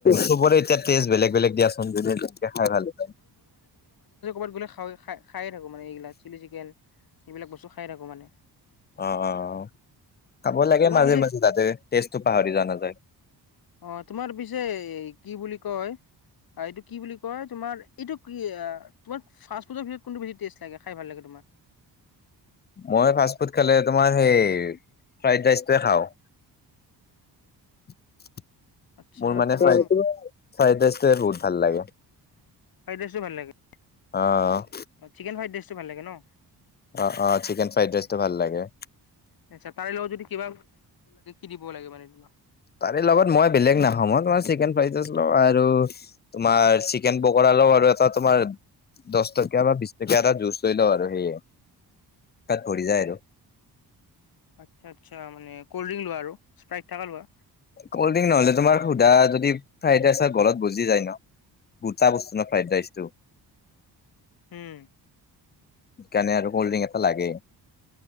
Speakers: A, on the left; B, on the left.
A: চবলৈ এতিয়া টেষ্ট বেলেগ বেলেগ দিয়াচোন যদি এ খাই ভাল পায়।
B: ত গলে খ খায় থাকো মানে এইগিলাক চিলি চিকেন সেইবিলাক বস্তু খায় থাকো মানে।
A: অ অ অ। খাব লাগে
B: তোমাৰ
A: মাজে
B: পিছে
A: মাজে তাতে টেজটো পাহৰি যোৱা নাযায়।
B: অ তোমাৰ পিছে কি বুলি কয় হয় এইটো কি বুলি কয় তোমাৰ এইটো কি তোমাৰ ফাষ্ট- ফুডৰ ভিতৰত কোনটো বেছি টেষ্ট লাগে খাই ভাল লাগে তোমাৰ?
A: মই ফাষ্ট ফুড খালে তোমাৰ সেই ফ্ৰাইড ৰাইচটোৱে খাওঁ। <inaudible>
B: আচ্ছা
A: মোৰ মানে
B: তুমি
A: ফ্ৰাইড ৰাইচটোৱে বহুত ভাল লাগে।
B: ফ্ৰাইডৰাইচটো ভাল লাগে।
A: অ',
B: অ', চিকেন ফ্ৰাইডৰাইচটো ভাল লাগে ন?
A: অ', অ, চিকেন ফ্ৰাইডৰাইচটো ভাল লাগে।
B: আচ্ছা তাৰে লগত যদি কিবা <unintelligible> লাগে মানে তোমাক?
A: তাৰে লগত মই বেলেগ নাখাওঁ মই তোমাৰ চিকেন ফ্ৰাইডৰাইচ লও আৰু, তোমাৰ চিকেন পকৰা লওঁ আৰু এটা তোমাৰ দশ টকীয়া বা বিশ টকীয়া এটা জুঁজ লৈ লওঁ আৰু সেইয়াই। তাত পৰি যায় আৰু।
B: আচ্ছা আচ্ছা, মানে কল্ডড্ৰিংক লোৱা আৰু। স্প্ৰাইট থকা লোৱা
A: কল্ডড্ৰিংক নহ'লে তোমাৰ সুধা যদি ফ্ৰাইড ৰাইচ <unintelligible> গলত বজি যায় ন'। গোটা বস্তু ন' ফ্ৰাইডৰাইচটো।
B: উম,
A: সেইকাৰণে আৰু কল্ডড্ৰিংক এটা লাগে।